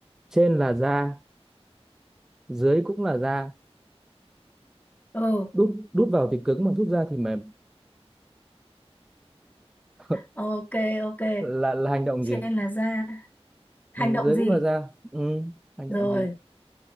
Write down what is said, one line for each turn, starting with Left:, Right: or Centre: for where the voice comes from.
Centre: trên là da dưới cũng là da
Left: ừ
Centre: đút đút vào thì cứng mà rút ra thì mềm <laughs>
Left: ok ok
Centre: là là hành động
Left: trên
Centre: gì
Left: là ra hành
Centre: ừ,
Left: động
Centre: dưới
Left: gì
Centre: cũng là da ừ, hành
Left: rồi
Centre: động gì